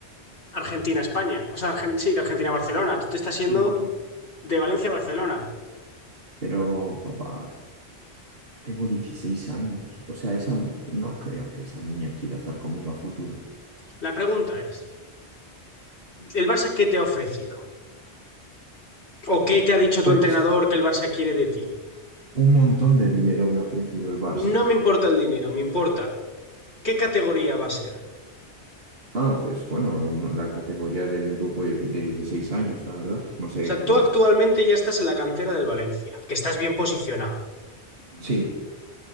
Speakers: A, on the left (about 85°); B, on the right (about 60°).
A: Argentina a España, o sea, Argen- sí, de Argentina a Barcelona, tú te estás yendo
B: Ya.
A: de Valencia a Barcelona.
B: Pero, papá, tengo 16 años. O sea, esa, no creo que esa niña quiera estar conmigo a futuro.
A: La pregunta es, ¿el Barça qué te ha ofrecido? ¿O qué te ha dicho tu
B: Pues
A: entrenador que el Barça quiere de ti?
B: Un montón de dinero me ha ofrecido el Barça.
A: No me importa el dinero, me importa qué categoría va a ser.
B: Ah, pues bueno, no- la categoría del grupo de dieci- de 16 años, la verdad. No sé
A: O sea, tú
B: cómo...
A: actualmente
B: se-
A: ya estás en la cantera del Valencia, que estás bien posicionado.
B: Sí,